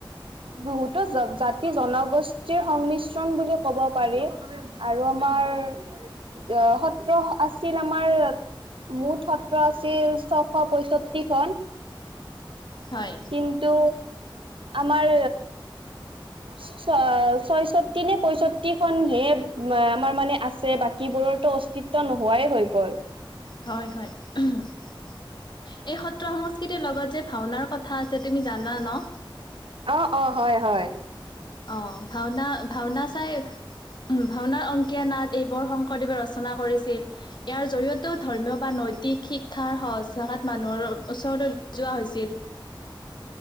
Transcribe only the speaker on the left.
হয়
হয় হয় এই সত্ৰ সংস্কৃতিৰ লগত যে ভাওনাৰ কথা কথা আছে তুমি জানা ন
অ ভাওনা ভাওনা চাই উ ভাওনা অংকীয়া নাট এইবোৰ শংকৰদেৱে ৰচনা কৰিছিল ইয়াৰ জৰি়য়তেও ধৰ্মীয় বা নৈতিক শিক্ষাৰ সহজ ভাষাত মানুহৰ ওচৰলৈ যোৱা হৈছিল <inaudible>